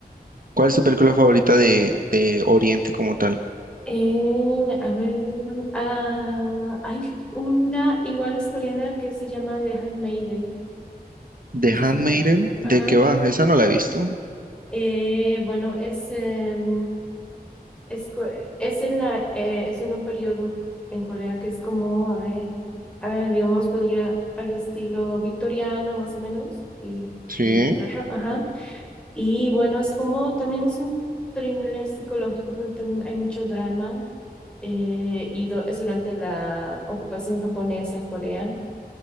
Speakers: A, on the right; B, in the centre.
A: ¿Cuál es tu película favorita de, de Oriente como tal?
B: Eh, a ver, déjame. Ah, hay una igual es coreana que se llama The Handmaiden.
A: The
B: No sé
A: Handmaiden,
B: si la- Ajá.
A: ¿de qué va? Esa no la he visto.
B: Eh, bueno, es, em, Es, co- es en la, eh, es en un periodo en Corea que es como, a ver, ah, digamos, podría al estilo victoriano más o menos, y
A: Sí,
B: de Inglaterra, ajá. Y bueno, es como, también es un thriller psicológico, pero también hay mucho drama, eh, y do- es durante la ocupación japonesa en Corea.